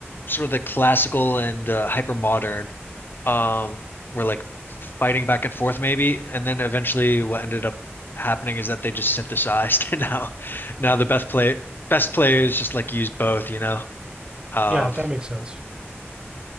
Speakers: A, on the left; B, on the right.
A: sort of the classical and uh, hyper modern. um we're like fighting back and forth maybe and then eventually what ended up happening is that they just synthesized <laughs> and now now the best play best players just like use both you know um
B: Yeah, that makes sense.